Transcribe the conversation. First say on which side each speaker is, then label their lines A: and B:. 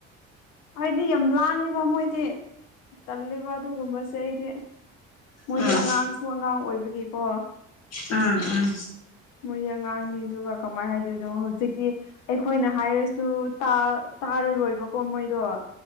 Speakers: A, on the left (about 75°); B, on the left (about 60°).
A: ꯑꯩꯗꯤ ꯌꯥꯝ ꯂꯥꯡꯉꯤꯕ ꯃꯣꯏꯗꯤ ꯇꯜꯂꯤꯕ ꯑꯗꯨꯒꯨꯝꯕꯁꯦ ꯑꯩꯗꯤ ꯃꯣꯏꯗꯤ
B: ꯑꯥ
A: ꯑꯉꯥꯡꯁꯨ ꯑꯉꯥꯡ ꯑꯣꯏꯕꯒꯤꯀꯣ
B: ꯎꯝ ꯎꯝ
A: ꯃꯣꯏꯗꯤ ꯑꯉꯥꯡꯅꯤ ꯑꯗꯨꯒ ꯀꯃꯥꯏꯅ ꯍꯥꯏꯗꯣꯏꯅꯣ ꯍꯧꯖꯤꯛꯇꯤ ꯑꯩꯈꯣꯏꯅ ꯍꯥꯏꯔꯁꯨ ꯇꯥꯔꯔꯣꯏꯕꯀꯣ ꯃꯣꯏꯗꯣ